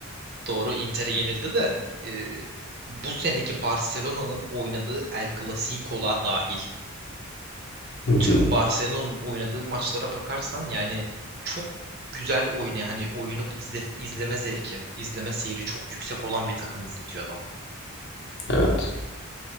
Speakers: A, on the right (about 45°); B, on the left (about 55°).
A: doğru Inter'e yenildi de e, bu seneki Barcelona'nın oynadığı El Clasico'lar dahil.
B: Hı
A: Tüm
B: hı,
A: Barcelona'nın oynadığı maçlara bakarsan yani çok güzel oynuyor. Hani oyunu izle, izleme zevki, izleme seyri çok yüksek olan bir takım izletiyor adam.
B: Evet.